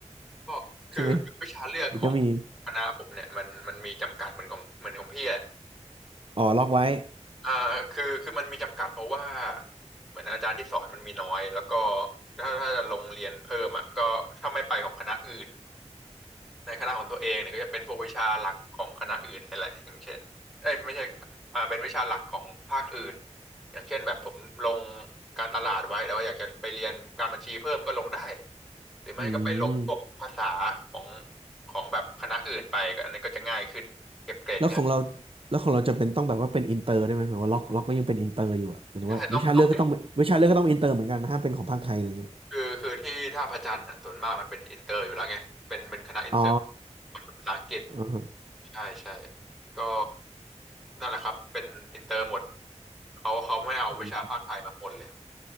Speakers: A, in the centre; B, on the right (about 50°).
A: ก็คือวิชาเลือกของ
B: ใช่ไหมหรือก็มี
A: คณะผมเนี่ยมันมันมีจำกัดเหมือนของเหมือนของพี่แหละ
B: อ๋อล็อกไว้
A: อ่าคือคือมันมีจำกัดเพราะว่าเหมือนอาจารย์ที่สอนมันมีน้อยแล้วก็ถ้าถ้าจะลงเรียนเพิ่มอ่ะก็ถ้าไม่ไปของคณะอื่นในคณะของตัวเองเนี่ยก็จะเป็นพวกวิชาหลักของคณะอื่นนั่นแหละอย่างเช่นเอ้ยไม่ใช่อ่าเป็นวิชาหลักของภาคอื่นอย่างเช่นแบบผมลงการตลาดไว้แต่ว่าอยากจะไปเรียนการบัญชีเพิ่มก็ลงได้หรือไม่ก็ไปลงพวกภาษาของ
B: อืม
A: ของแบบคณะอื่นไปก็อันนี้นก็จะง่ายขึ้นเก็บเกรดง่าย
B: แล้วของเราแล้วของเราจะเป็นต้องแบบว่าเป็นอินเตอร์ได้ไหมหมายว่าล็อกล็อกก็ยังเป็นอินเตอร์อยู่อะหมายถึงว่าวิชาเลือกก็ต้องวิชาเลือกก็ต้องอินเตอร์เหมือนกันนะห้ามเป็นของภาคไทยอะไรเงี้ย
A: ใช่ต้องต้อง คือคือที่ท่าพระจันทร์อ่ะส่วนมากมันเป็นอินเตอร์อยู่แล้วไงเป็นเป็นคณะอินเตอร์
B: อ๋อ
A: สอนภาษาอังกฤษ
B: อ๋
A: ใช่ใช่ก็นั่นแหละครับเป็นอินเตอร์หมดเขาเขาไม่เอาวิชาภาคไทยมาปนเลย
B: อ